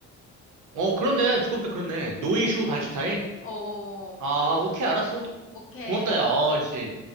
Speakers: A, on the right (about 75°); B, on the left (about 45°).
A: 어. 어, 그렇네. 두고 보니까 그렇네. 노이슈
B: 어.
A: 반슈타인.
B: 어어어.
A: 아, 오케이, 알았어.
B: 오케이.
A: 고맙다, 야. 어이씨.